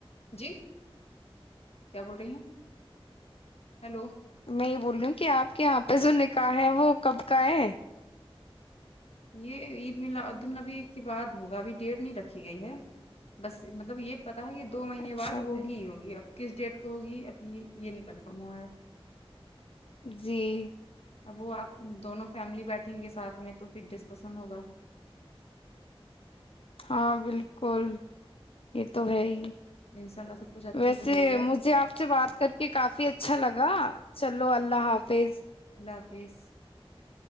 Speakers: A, on the left; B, on the left.
A: جی کیا بول رہی ہیں ہیلو <unintelligible>
B: میں یہ بول رہی ہوں کہ آپ کے یہاں پہ جو نکاح ہے وہ کب کا ہے
A: یہ عید ملا عد النبی کے بعد ہوگا ابھی ڈیٹ نہیں رکھی گئی ہے بس مطلب یہ پت کہ دو مہینے
B: اچھا
A: بعد ہوگی
B: جی
A: ہی ہوگی اب <unintelligible> کس ڈیٹ کو ہوگی ابھی یہ نہیں کنفرم ہوا ہے <unintelligible>
B: جی <unintelligible>
A: اب وہ آپ دونوں فیملی بیٹھیں گے ساتھ میں تو پھر ڈسکسن ہوگا
B: ہاں بالکل <unintelligible> کو یہ تو ہے ہی
A: ان شاء اللہ سب کچھ اچھے
B: ویسے
A: سے ہو جائے
B: مجھے آپ سے بات کر کے کافی اچھا لگا <unintelligible> چلو اللہ حافظ <unintelligible>
A: اللہ حافظ <unintelligible>